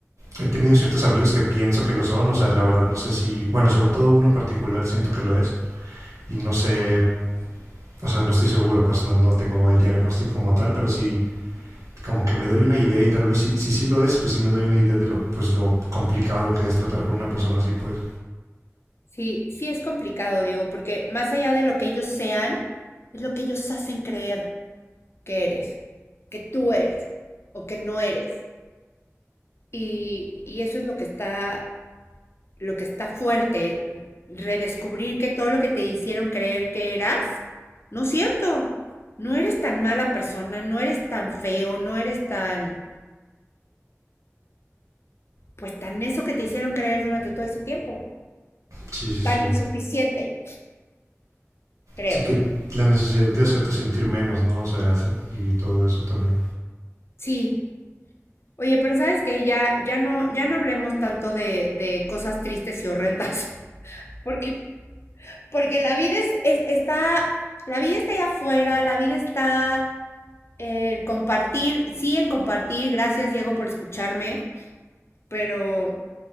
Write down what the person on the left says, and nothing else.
Sí, sí es complicado, Diego, porque más allá de lo que ellos sean, es lo que ellos hacen creer. que eres, que tú eres o que no eres. Y, y eso es lo que está, lo que está fuerte, redescubrir que todo lo que te hicieron creer que eras, no es cierto. No eres tan mala persona, no eres tan feo, no eres tan, pues tan eso que te hicieron creer durante todo ese tiempo.
Tan
insuficiente, creo.
Sí. Oye, pero sabes que ya, ya no, ya no hablemos tanto de, de cosas tristes y horrendas. <laughs> Porque Porque la vida es, es- está, la vida está allá afuera, la vida está en compartir, sí en compartir. Gracias, Diego, por escucharme, pero